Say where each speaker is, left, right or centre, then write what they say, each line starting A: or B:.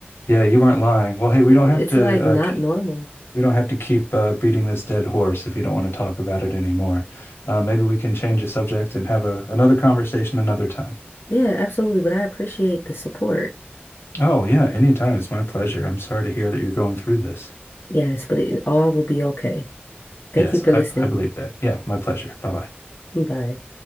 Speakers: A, on the left; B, on the left.
A: Yeah, you weren't lying. Well, hey, we
B: it-
A: don't
B: it's
A: have to
B: like not
A: uh, k-
B: normal.
A: we don't have to keep uh, beating this dead horse if you don't want to talk about it anymore. Uh, maybe we can change the subject and have a another conversation another time.
B: Yeah, absolutely. But I appreciate the support.
A: Oh yeah, anytime. It's my pleasure. I'm sorry to hear that you're going through this.
B: Yes, but it all will be okay. Thank
A: Yes,
B: you for listening.
A: I, I believe that. Yeah, my pleasure. Bye bye.
B: Bye.